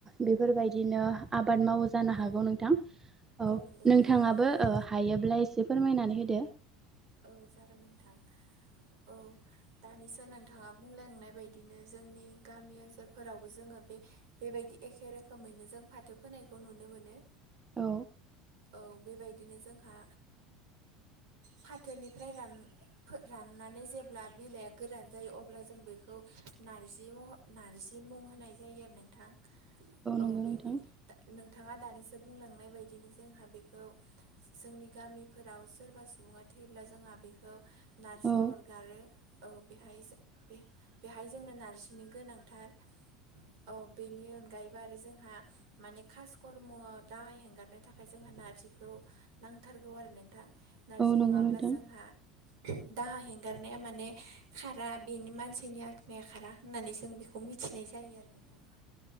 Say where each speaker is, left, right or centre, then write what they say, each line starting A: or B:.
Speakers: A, on the right; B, on the right.
A: बेफोरबायदिनो आबाद मावो जानो हागौ
B: औ
A: नोंथां औ
B: नंगौ
A: नोंथाङाबो
B: नोंथां मावो
A: हायोब्ला एसे फोरमायनानै होदो
B: औ जागोन नोंथां औ दानिसो नोंथाङा बुंलायांनाय बदिनो जोंनि गामि ओनसोलफोरावबो जोङो बे बेबायदि एखे रोखोमैनो जों फाथो फोनायखौ नुनो मोनो
A: औ
B: औ बेबायदिनो जोंहा फाथोनिफ्राय राननानै जेब्ला बिलाइया गोरान जायो अब्ला जों बेखौ नारजि महर नार्जि मुं होनाय जायो आरो नोंथां औ
A: नंगौ
B: बेनि
A: नोंथां
B: नोंथाङा दानिसो बुंलांनाय बायदिनोसै जोंहा बेखौ जोंनि गामिफोराव सोरबा सुबुङा थैयोब्ला जोंहा बेखौ नारजि
A: औ
B: अरगारो औ बेहाय बे बेहाय जोंनो नारजिनो गोनांथार औ बेनि अनगायैबो आरो जोंहा माने खास कर्मआव दाहा हेंगारनो थाखाय जोंहा नारजिखौ नांथारगौ आरो नोंथां नारजि
A: औ नंगौ
B: नङाब्ला
A: नोंथां
B: जोंहा दाहा हेंगारनाया माने खारा बेनि मानसिनि आत्माया खारा होननानै जों बेखौ मिथि खिनाय जायो आरो नोंथां